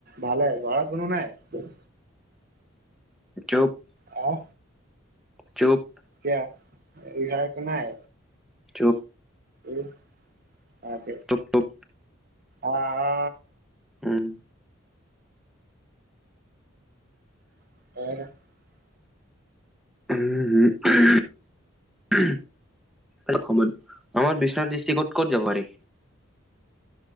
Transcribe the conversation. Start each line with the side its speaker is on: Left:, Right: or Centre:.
Right: ভালে। ঘৰত কোনো নাই?
Centre: <inaudible>
Right: হা?
Centre: চুপ।
Right: কিয়া? <unintelligible> একো নাই
Centre: চুপ।
Right: এ তাক
Centre: চুপ চুপ
Right: অ অ
Centre: উম।
Right: <inaudible>
Centre: উম আমাৰ বিশ্বনাথ দৃষ্টিক'ত ক'ত যাব পাৰি?